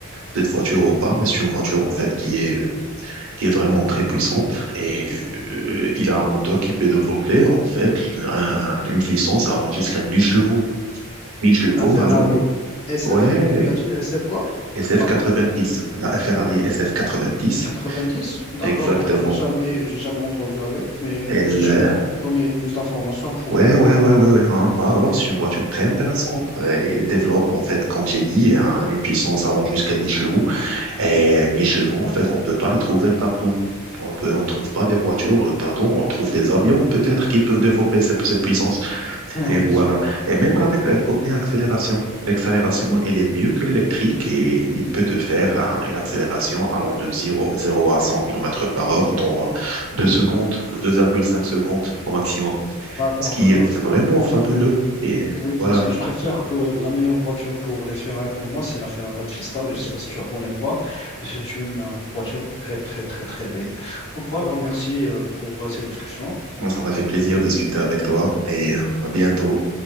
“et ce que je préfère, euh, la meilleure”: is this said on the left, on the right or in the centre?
Left